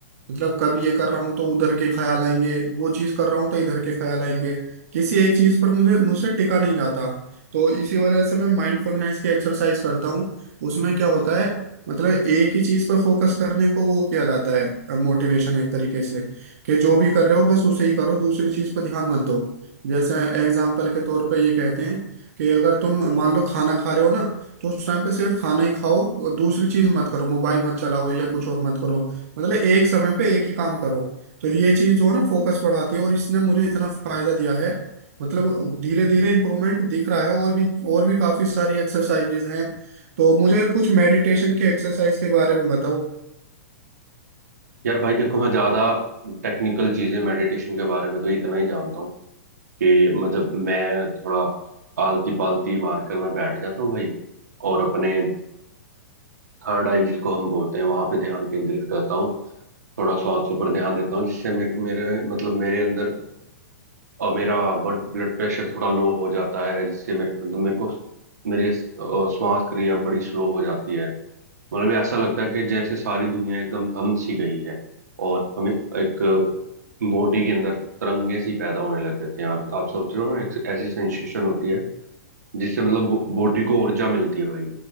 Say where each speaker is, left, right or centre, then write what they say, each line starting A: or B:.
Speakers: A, on the right; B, on the right.
A: मतलब कभी ये कर रहा हूँ तो उधर के ख्याल आएंगे वो चीज कर रहा हूँ तो इधर के ख्याल आएंगे किसी एक चीज पर मुझे मुझसे टिका नहीं जाता तो इसी वजह से मैं माइंडफुलनेस की एक्सरसाइज करता हूँ उसमें क्या होता है मतलब एक ही चीज पर फोकस करने को वो किया जाता है मोटिवेशन एक तरीके से कि जो भी कर रहे हो बस उसे ही करो दूसरी चीज पर ध्यान मत दो जैसे एग्जाम्पल के तौर पर ये कहते हैं कि अगर तुम मान लो खाना खा रहे हो ना तो उस टाइम पे सिर्फ खाना ही खाओ और दूसरी चीज मत करो मोबाइल मत चलाओ या कुछ और मत करो मतलब एक समय पे एक ही काम करो तो ये चीज जो है ना फोकस बढ़ाती है और इसने मुझे इतना फायदा दिया है मतलब धीरे धीरे इम्प्रूवमेंट दिख रहा है और भी और भी काफी सारी एक्सरसाइजेज हैं तो मुझे कुछ मेडिटेशन की एक्सरसाइज के बारे में बताओ
B: यार भाई देखो मैं ज्यादा टेक्निकल चीजें मेडिटेशन के बारे में तो इतना ही जानता हूँ कि मतलब मैं थोड़ा आलती पालती मारकर मैं बैठ जाता हूँ भाई और अपने थर्ड आई जिसको हम बोलते हैं वहां पे ध्यान केंद्रित करता हूँ थोड़ा सांसों पर ध्यान देता हूँ जिससे मेरे मेरे मतलब मेरे अंदर और मेरा ब्लड ब्लड प्रेशर थोड़ा लो हो जाता है जिससे मेरे को मेरे को मेरी अ, श्वास क्रिया बड़ी स्लो हो जाती है मतलब ये ऐसा लगता है कि जैसे सारी दुनिया एकदम थम सी गई है और हमें एक बॉडी के अंदर तरंगे सी पैदा होने लग जाते हैं आप आप सोच रहे हो ना एक ऐसी सेंसेशन होती है जिससे मतलब बॉडी को ऊर्जा मिलती है भाई